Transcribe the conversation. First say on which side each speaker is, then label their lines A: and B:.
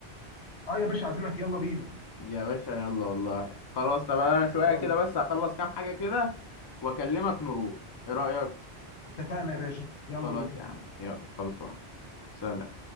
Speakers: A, on the left; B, on the left.
A: اه يا باشا عازمك يلا بينا
B: يا باشا يلا والله خلاص طب انا شويه
A: يلا
B: كده بس هخلص كام حاجه كده واكلمك نروح ايه رايك
A: اتفقنا يا باشا يلا
B: خلاص
A: بينا
B: يا عم يلا خلصان سلام